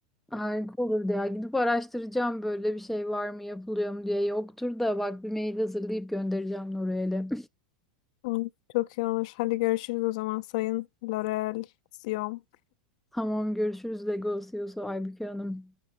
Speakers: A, in the centre; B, on the left.
A: Harika olurdu ya. Gidip araştıracağım böyle bir şey var mı yapılıyor mu diye. Yoktur da bak bir mail hazırlayıp göndereceğim Lore'yle.
B: Hı, Çok iyi olur. Hadi görüşürüz o zaman Sayın L'Oreal Sion.
A: <laughs> Tamam görüşürüz Legos Yosu Aybüke Hanım.